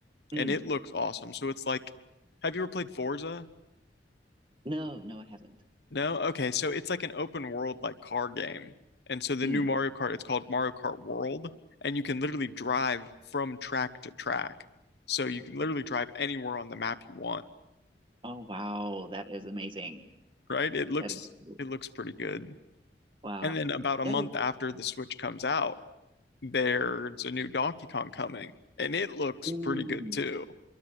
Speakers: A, on the right; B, on the left.
A: mm,
B: and it looks awesome. So it's like, have you ever played Forza?
A: no, no, I haven't.
B: No? Okay, so it's like an open world like car game. And so the
A: Mm.
B: new Mario Kart, it's called Mario Kart World, and you can literally drive from track to track. So you can literally drive anywhere on the map you want,
A: Oh wow, that is amazing.
B: right? It looks
A: That is cool.
B: it looks pretty good.
A: Wow,
B: And then about a
A: that
B: month
A: is.
B: after the Switch comes out, there's a new Donkey Kong coming, and it looks
A: Mm.
B: pretty good too.